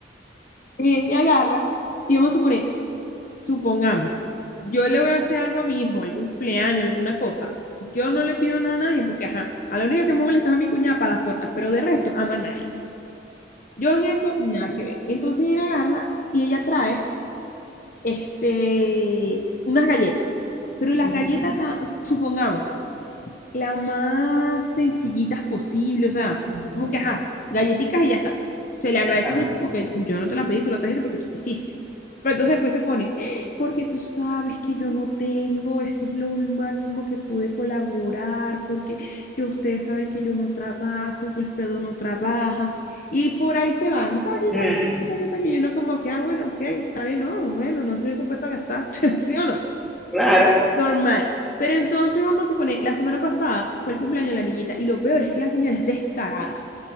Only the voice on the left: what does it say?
Viene y agarra. Y vamos a suponer, supongamos, yo le voy a hacer algo a mi hijo, algún cumpleaños, alguna cosa. Yo no le pido nada a nadie porque, ajá, a la única que me molesta es a mi cuñada para las tortas, pero de resto, ama a nadie. Yo en eso, nada que ver. Entonces viene, agarra y ella trae, este, unas galletas. Pero las
galletas, la- supongamos, la más sencillitas posible, o sea,
como que, ajá, galletitas y ya está. Se le agradece
mucho porque yo no te la pedí, tú la trajiste porque tú quisiste. Pero entonces después se pone, <gasps> porque tú sabes que yo no tengo, esto es lo máximo que pude colaborar, porque yo, ustedes saben que yo no trabajo y Wilfredo no trabaja, y por ahí se van, taqui,
taqui, taqui, taqui, taqui, y uno como que, ah, bueno, ok, está bien, no, bueno, no se hubiese puesto a gastar, <laughs> ¿sí o no?
Normal. Pero entonces vamos a suponer, la semana pasada fue el cumpleaños de la niñita y lo peor es que la señora es descarada,